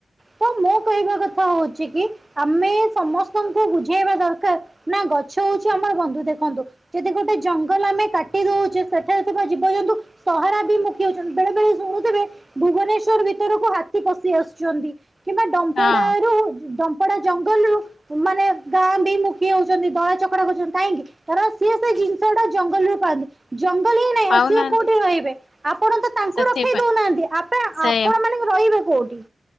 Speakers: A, on the right; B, on the left.
A: ତ ମୋ କହିବା କଥା ହଉଛି କି ଆମେ ସମସ୍ତଙ୍କୁ ବୁଝେଇବା ଦରକାର। ନା ଗଛ ହଉଛି ଆମର ବନ୍ଧୁ ଦେଖନ୍ତୁ। ଯଦି ଗୋଟେ ଜଙ୍ଗଲ ଆମେ କାଟି ଦଉଛେ ସେଠାରେ ଥିବା ଜୀବ ଜନ୍ତୁ ସହରା ବିମୁଖୀ ହଉଛନ୍ତି, ବେଳେ -ବେଳେ ଶୁଣୁଥିବେ ଭୁବନେଶ୍ଵର ଭିତରକୁ ହାତୀ ତୀ ପସି ଆସୁଛନ୍ତି କିମ୍ବା ଡମ୍ପଡାରୁ
B: ହଁ
A: ଡମ୍ପଡା ଜଙ୍ଗଲରୁୁ ମାନେ ଗାଁ ବି ମୁଖି ହଉଛନ୍ତି ଦଳ ଚକଡା କରୁଛନ୍ତି। କାହିଁକି କାରଣ ସିଏ ସେ ଜିନିଷ ଗୁଡା ଜଙ୍ଗଲରୁ ପାନ୍ତି। ଜଙ୍ଗଲ ହିଁ ନାହିଁ,
B: ପାଉନାହାନ୍ତି।
A: ଆଉ ସିଏ କୋଉଠି ରହିବେ। ଆପଣ ତ ତାଙ୍କୁ
B: ସେଥିପାଇଁ
A: ରଖେଇ ଦଉନାହାନ୍ତି। ଆପ
B: ସେ
A: ଆପଣ ମାନେ ରହିବେ କୋଉଠି।